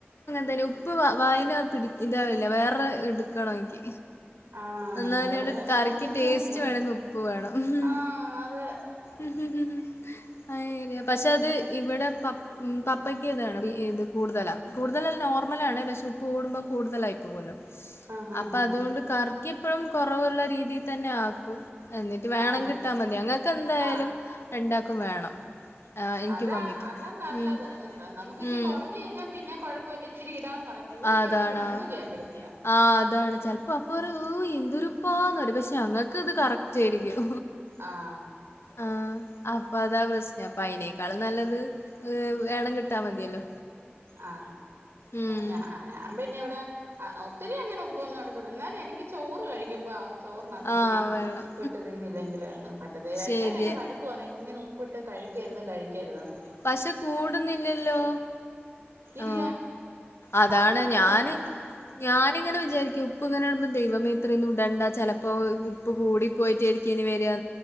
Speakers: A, on the left; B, on the right.
A: തിന് ഉപ്പ് വാ വായിന് പിടി ഇതാവില്ല വേറെ എടുക്കണ എനിക്ക്
B: ആ
A: എന്നാല്
B: അതങ്ങനെ
A: ഉള്ളൂ കറക്ക്
B: ശീലിച്ചോണ്ടാ
A: ടേസ്റ്റ് വേണമെങ്കിൽ ഉപ്പ് വേണം ഉം
B: ആ അത്
A: ഉം ഉം ഉം അരി പക്ഷെ
B: ഉം
A: അത് ഇവിടെ പ പ്പ പപ്പയ്ക്ക് ഇതാണ് ഇത് കൂടുതലാണ് കൂടുതലല്ല നോർമലാണ് പക്ഷേ ഉപ്പ് കൂടുമ്പോൾ കൂടുതലായി പോവുമല്ലോ
B: ആ ആ
A: അപ്പം അതുകൊണ്ട് കറിക്കിപ്പോഴും കുറവുള്ള രീതിയിൽ തന്നെ ആക്കും എന്നിട്ട് വേണം
B: ആ
A: കിട്ടാ മതി അങ്ങക്ക എന്തായാലും
B: ആ ആ
A: രണ്ടാക്കും വേണം ആ, എനിക്കും
B: അതാ
A: മമ്മിക്കും.
B: അതാ നല്ലത്
A: ഉം.
B: നമുക്ക് ഇച്ചി
A: ഉം.
B: കുറഞ്ഞ് കഴിഞ്ഞാൽ പിന്നെ കുഴപ്പമില്ല ഇച്ചിരി ഇടാ കൂടി
A: ആ,
B: കഴിഞ്ഞാ
A: അതാണ്.
B: പിന്നെ ഒന്നും ചെയ്യാൻ പറ്റത്തി
A: ആ അതാണ് ചെലപ്പോ അപ്പൊ ഒരു എന്തൊരുപ്പാന്ന പറ പക്ഷെ അങ്ങക്ക് ഇത് കറക്റ്റ് ആയിരിക്കും
B: ആ
A: ആ അ അപ്പൊ അതാ പ്രശ്നം അപ്പൊ അതിനേക്കാളും നല്ലത് വേണം കിട്ടാൽ മതിയല്ലോ
B: ആ
A: ഉം
B: ഞാൻ പിന്നെ ഇവിടെ ആ ഒത്തിരി അങ്ങനെ ഉപ്പൊന്നും എടുക്കുന്നത് എന്നാല എനിക്ക് ചോറ് കഴിക്കുമ്പോ ആവശ്യം ചോറിനകത്ത് ഇച്ചിരി
A: ആഹ് വേണം
B: ഉപ്പ് ഇട്ട് തിന്നില്ലെങ്കിൽ പറ്റത്
A: ശരിയാ
B: എല്ലാവരും എന്നെ വഴക്ക് പറയും ഇങ്ങനെ ഉ പ്പിട്ട് കഴിക്കരുത് കഴിക്കരുതാണ്
A: പക്ഷെ കൂടുന്നില്ലല്ലോ
B: ഇല്ല
A: ആ അതാണ്
B: അവളും അതുപോലെ
A: ഞാന് ഞാനിങ്ങനെ വിചാരിക്കും ഉപ്പ് ഇങ്ങനെ ഇടുമ്പോൾ ദൈവമേ ഇത്ര ഒന്നും ഇടണ്ട ചിലപ്പോൾ പ് കൂടി പോയിട്ടരിക്കും ഇനി വരികയാ